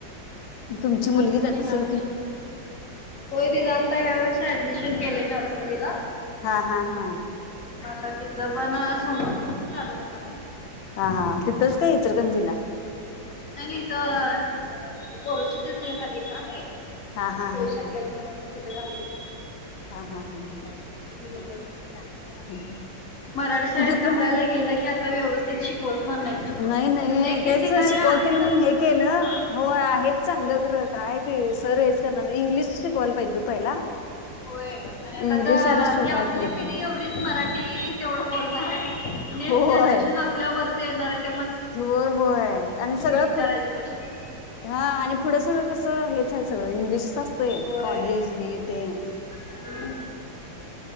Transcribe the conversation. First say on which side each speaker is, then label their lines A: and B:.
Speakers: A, on the left; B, on the left.
A: तुमची मुलगी
B: आम्ही
A: जात
B: पण यावर्षी
A: असेल की
B: होय त्याचा आता यावर्षी ऍडमिशन केलंय नर्सरीला.
A: हा हा हा
B: आता तिथं पण सोमवार पासून चालू होणार आहे.
A: हा हा तिथंच काय इचरकंजीला.
B: नाही नाही, तर अ करुचितच एक आहे.
A: हा हा
B: सुयश
A: हा
B: अकॅडमी
A: हा
B: म्हणून, तिथे घातले.
A: हा हा हा हा
B: हम्म.
A: हम्म.
B: मराठी शाळेत
A: तिथ पण
B: घालायला
A: आहे.
B: गेलं की आता व्यवस्थित शिकवत पण नाहीत.
A: नाही नाही
B: म्हणजे एक
A: तेच
B: एक ठिकाणी
A: शिकवतील
B: आहे
A: म्हणून
B: तसं
A: हे केलं
B: हा.
A: होय आहेत चांगलं खर काय ते सर हेच मग इंग्लिश शिकवला पाहिजे ग पहिला.
B: होय आणि
A: इंग्लिश
B: आता ज
A: आल्याशिवाय
B: ही आपली
A: काय कळत
B: पिढी
A: नाही.
B: एवढीच मराठी तेवढं बोलणार आहे.
A: होय.
B: नेक्स्ट जनरेशन आपल्यावर देणार <unintelligible>
A: होय होय, आणि सगळं
B: विचारायचा
A: पुढं
B: प्रश्न आहे.
A: हा आणि पुढं सगळं कस हेच आहे सगळं विश <unintelligible> <unintelligible>
B: होय.
A: कॉलेज हे ते.
B: हम्म.